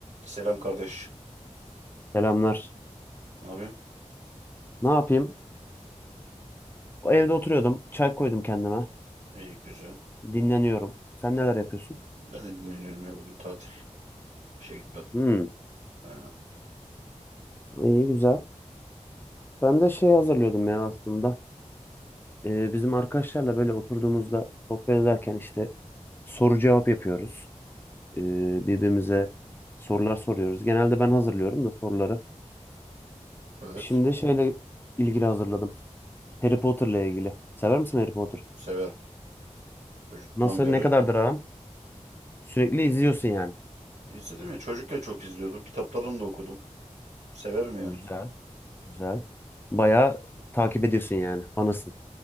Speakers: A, on the right; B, on the left.
A: Selam kardeş.
B: Selamlar.
A: Ne yapıyorsun?
B: Ne yapayım? Evde oturuyordum. Çay koydum kendime.
A: İyi güzel.
B: Dinleniyorum. Sen neler yapıyorsun?
A: Ben de dinleniyorum ya bugün tatil. İşe gitmedim.
B: Hmm.
A: Ee,
B: İyi güzel. Ben de şey hazırlıyordum ya aslında. Ee, bizim arkadaşlarla böyle oturduğumuzda sohbet ederken işte soru cevap yapıyoruz. Ee, birbirimize sorular soruyoruz. Genelde ben hazırlıyorum da soruları.
A: evet.
B: Şimdi şeyle ilgili hazırladım. Harry Potter'la ilgili. Sever misin Harry Potter?
A: Severim. Çocukluğumdan
B: Nasıl
A: beri
B: ne kadardır aran? Sürekli izliyorsun yani.
A: izledim ya. Çocukken çok izliyordum. Kitaplarını da okudum. Severim yani.
B: Güzel. Güzel. Bayağı takip ediyorsun yani. Fanısın.